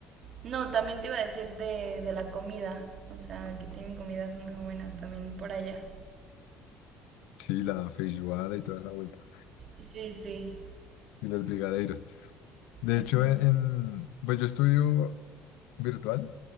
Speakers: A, on the right; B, on the left.
A: No, también te iba a decir de, de la comida, o sea, que tienen comidas muy buenas también por allá.
B: Sí, la feijoada y toda esa vuelta.
A: Sí, sí.
B: Y los brigadeiros. De
A: ujú,
B: hecho, e-, en, pues yo estudio virtual,